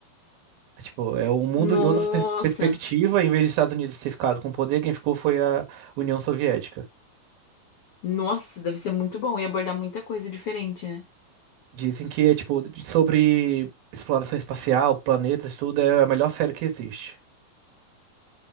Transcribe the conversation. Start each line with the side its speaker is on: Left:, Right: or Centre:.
Right: É, tipo, é o mundo
Left: Nossa!
Right: em outra per perspectiva, em vez dos Estados Unidos ter ficado com o poder, quem ficou foi a União Soviética.
Left: Nossa, deve ser muito bom e abordar muita coisa diferente, né?
Right: Dizem que é, tipo, de- sobre exploração espacial, planetas, tudo, é a melhor série que existe.